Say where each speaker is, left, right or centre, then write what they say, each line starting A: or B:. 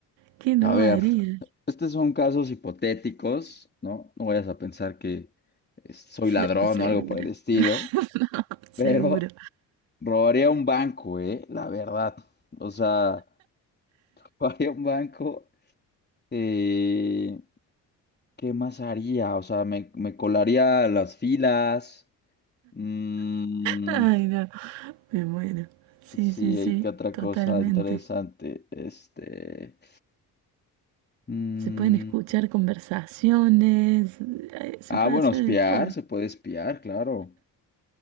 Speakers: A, on the right; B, on the left.
A: ¿Qué no
B: A ver,
A: harías?
B: estos son casos hipotéticos, ¿no? No vayas a pensar que eh, soy
A: Se-
B: ladrón
A: seguro,
B: o algo por el estilo,
A: <laughs> seguro.
B: pero robaría un banco, ¿eh? La verdad. O sea, <laughs> robaría un banco. eh, ¿qué más haría? O sea, me, me colaría a las filas. Mm,
A: Ay, no, me muero. Sí,
B: sí,
A: sí, sí,
B: hay que otra
A: totalmente.
B: cosa interesante. Este. mm,
A: Se pueden escuchar conversaciones, eh, se
B: ah,
A: puede
B: bueno,
A: hacer
B: espiar,
A: de todo,
B: se puede espiar, claro.